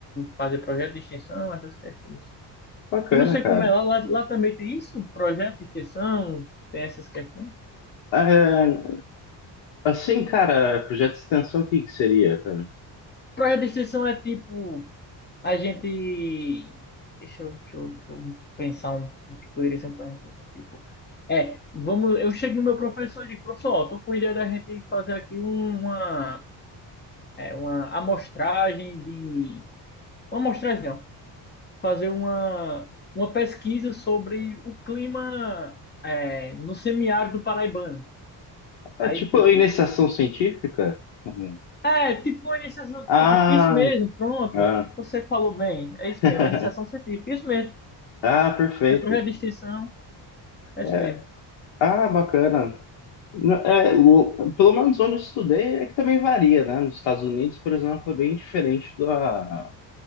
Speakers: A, on the left (about 25°); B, on the left (about 85°).
A: fazer projeto de extensão, essas questões.
B: bacana,
A: Eu não sei
B: cara.
A: como é lá, lá, lá também tem isso, projeto de extensão, tem essas questões.
B: É, assim, cara, projeto de extensão, o que que seria, cara?
A: Projeto de extensão é tipo, a gente. Deixa eu, deixa eu, deixa eu pensar um o que poderia ser um projeto de extensão. Tipo, é, vamos, eu chego no meu professor e digo, professor, ó, tô com a ideia da gente fazer aqui um, uma é, uma amostragem de. Uma amostragem não, fazer uma, uma pesquisa sobre o clima é, no semiárido paraibano. Aí,
B: É tipo
A: tipo,
B: iniciação científica? Uhum.
A: é, tipo uma iniciação
B: Ah,
A: científica, isso mesmo, pronto.
B: ah,
A: Você falou bem, é
B: <laughs>
A: isso mesmo, uma iniciação científica, isso mesmo.
B: ah, perfeito.
A: É projeto de extensão, é
B: É,
A: isso mesmo.
B: ah, bacana. Não, É, o- pelo menos onde eu estudei é que também varia, né? Nos Estados Unidos, por exemplo, é bem diferente da,